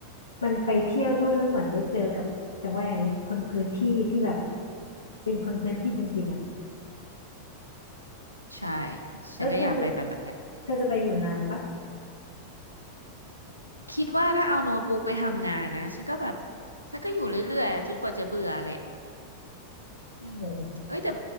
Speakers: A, on the left; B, on the right.
A: มันไปเที่ยวด้วยแล้วเหมือนได้เจอกับจะว่าไงดีคนพื้นที่ที่แบบเป็นคนพื้นที่จริงๆอ่ะ
B: ใช่
A: แล้วเธอจะ
B: ฉันก็อยากไปแบบนั้น
A: เธอจะไปอยู่นานปะ
B: คิดว่าถ้าเอาโน้ตบุ๊กไปทำงานนะฉันก็แบบฉันก็อยู่เรื่อยๆจนกว่าจะเบื่อแหละอืม
A: โอ้ย
B: เอ้ยแต่